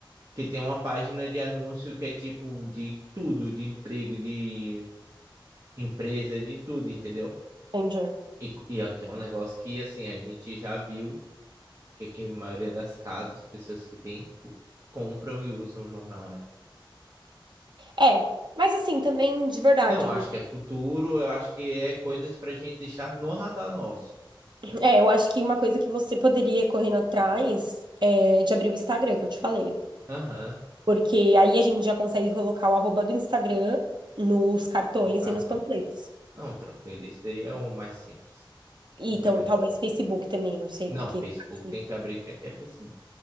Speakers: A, on the right (about 45°); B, on the right (about 60°).
A: Que tem uma página de anúncio que é tipo de tudo, de emprego, de empresa, de tudo, entendeu?
B: Entendi.
A: E, e aqui é um negócio que, assim, a gente já viu que aqui a maioria das casas, pessoas que têm, u- compram e usam jornal, né?
B: É, mas assim, também de verdade.
A: Não, eu acho
B: né?
A: que é futuro, eu acho que é coisas pra gente deixar no radar nosso.
B: É, eu acho que uma coisa que você poderia ir correndo atrás é de abrir o Instagram, que eu te falei.
A: Aham,
B: Porque aí a gente já consegue colocar o arroba do Instagram nos cartões
A: um cartão.
B: e nos panfletos.
A: Não, tranquilo, isso daí é o mais simples,
B: E
A: em teoria.
B: então, talvez Facebook também, não sei,
A: Não,
B: porque
A: Facebook
B: aqui.
A: tem que abrir, que aqui é Facebook.